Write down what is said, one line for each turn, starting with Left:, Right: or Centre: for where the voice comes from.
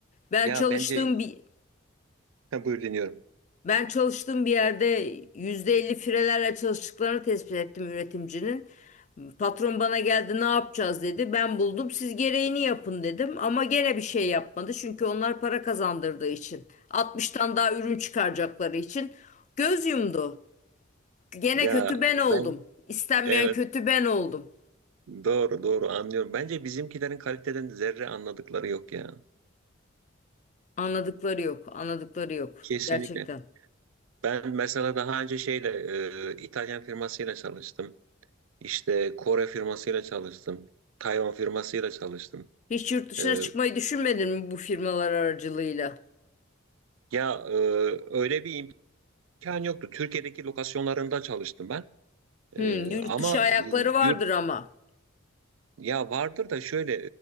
Left: Ben
Right: ya
Left: çalıştığım
Right: bence
Left: bir
Right: <laughs> buyur dinliyorum.
Left: Ben çalıştığım bir yerde %50 firelerle çalıştıklarını tespit ettim üretimcinin. Patron bana geldi ne yapacağız dedi. Ben buldum siz gereğini yapın dedim. Ama gene bir şey yapmadı. Çünkü onlar para kazandırdığı için. altmıştan daha ürün çıkaracakları için. Göz yumdu. Gene
Right: Ya
Left: kötü ben oldum.
Right: ben
Left: İstenmeyen
Right: evet
Left: kötü ben oldum.
Right: doğru doğru anlıyorum. Bence bizimkilerin kaliteden zerre anladıkları yok ya.
Left: Anladıkları yok. Anladıkları yok.
Right: Kesinlikle.
Left: Gerçekten.
Right: Ben mesela daha önce şeyle e, İtalyan firmasıyla çalıştım. İşte Kore firmasıyla çalıştım. Tayvan firmasıyla çalıştım.
Left: Hiç yurt dışına
Right: E,
Left: çıkmayı düşünmedin mi bu firmalar aracılığıyla?
Right: Ya e, öyle bir imkan yoktu. Türkiye'deki lokasyonlarında çalıştım ben. E,
Left: Hmm, yurt
Right: ama
Left: dışı
Right: e,
Left: ayakları vardır
Right: yurt
Left: ama.
Right: ya vardır da şöyle